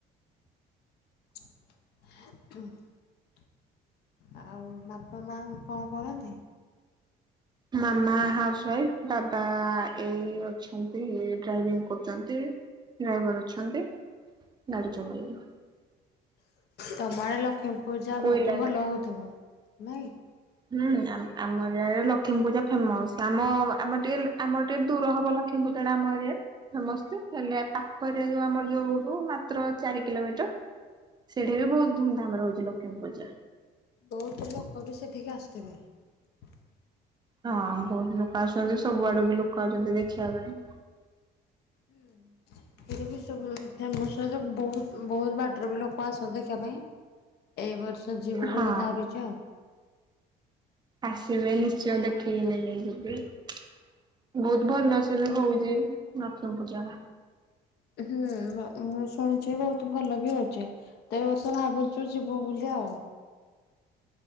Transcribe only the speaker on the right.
ମାମା ହାଉସୱାଇଫ ବାବା ଏଇ ଅଛନ୍ତି ଡ୍ରାଇଭିଂ କରୁଛନ୍ତି। ଡ୍ରାଇଭର ଅଛନ୍ତି। ଗାଡି ଚଲେଇଲେ
କୋଇଲା
ଗାଡି।
ହୁଁ ଆମଆ ଲକ୍ଷ୍ମୀ ପୂଜା ଫେମସ ଆମ ଆମ ଟିକେ ଆମର ଟିକେ ଦୂର ହବ ଲକ୍ଷ୍ମୀ ଯେତେବେଳେ ଆମ ଏ ଫେମସ ହେଲେ ପାଖଏରିଆ ଯୋଉ ଆମର ଯୋଉୁ ମାତ୍ର ଚାରି କିଲୋମିଟର। ସେଠି ବି ବହୁତ ଧୁମଧାମ ରେ ହଉଛି ଲକ୍ଷ୍ମୀ ପୂଜା।
ହଁ ବହୁତ ଲୋକ ଆସୁଛନ୍ତି ସବୁ ଆଡୁ ବି ଲୋକ ଆସୁଛନ୍ତି ଦେଖିବା ପାଇଁ।
ହଁ।
ଆସିବେ ନିଶ୍ଚୟ ଦେଖିକି ଯିବେ। <inaudible> ବହୁତ ଭଲସେ ବି ହଉଛି ଲକ୍ଷ୍ମୀ ପୂଜା।